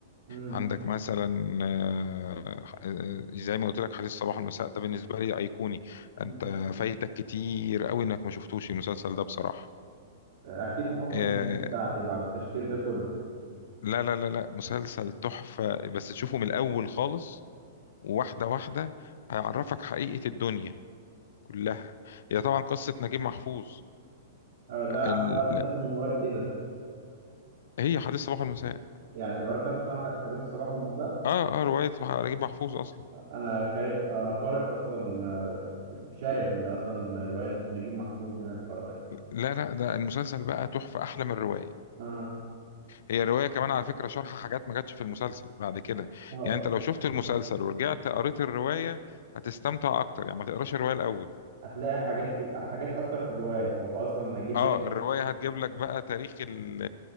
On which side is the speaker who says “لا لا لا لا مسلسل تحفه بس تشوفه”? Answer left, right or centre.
Left